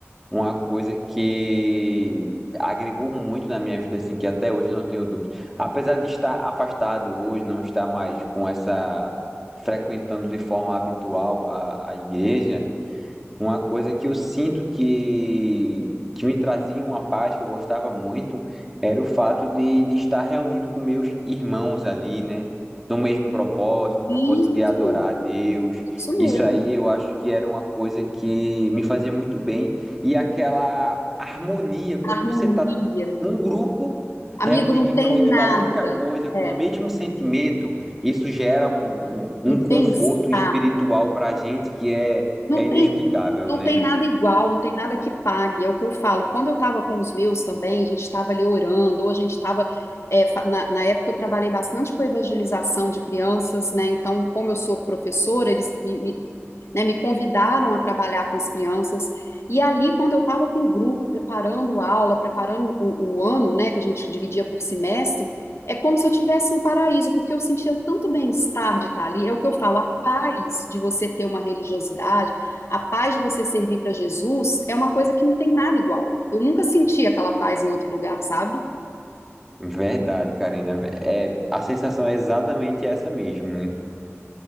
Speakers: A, in the centre; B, on the left (about 65°).
A: uma coisa que agregou muito na minha vida, assim, que até hoje eu não tenho dúvida. Apesar de estar afastado hoje, não estar mais com essa, frequentando de forma habitual a, a igreja, uma coisa que eu sinto que, que me trazia uma paz que eu gostava muito era o fato de, de estar reunido com meus irmãos ali, né? No mesmo propósito, no propósito
B: Isso,
A: de adorar a Deus.
B: Isso mesmo.
A: Isso aí eu acho que era uma coisa que me fazia muito bem. E aquela harmonia, quando
B: harmonia.
A: você tá um grupo
B: Amigo,
A: reunido
B: não
A: em
B: tem
A: prol de
B: nada.
A: uma única coisa, com
B: É.
A: o mesmo sentimento, isso gera um, um, um
B: e
A: conforto
B: bem-estar.
A: espiritual para a gente que é
B: Não
A: é inexplicável,
B: tem, não
A: né?
B: tem nada igual, não tem nada que pague. É o que eu falo. Quando eu estava com os meus também, a gente estava ali orando, ou a gente estava. é, fa- na, na época eu trabalhei bastante com evangelização de crianças, né? Então, como eu sou professora, eles me, me, né, me convidaram a trabalhar com as crianças. E ali, quando eu estava com o grupo, preparando a aula, preparando o, o ano, né, que a gente dividia por semestre, é como se eu estivesse no paraíso, porque eu sentia tanto bem-estar de estar ali. É o que eu falo, a paz de você ter uma religiosidade a paz de você servir para Jesus é uma coisa que não tem nada igual. Eu nunca senti aquela paz em outro lugar, sabe?
A: Verdade, Karina. É, a sensação é exatamente essa mesmo, né?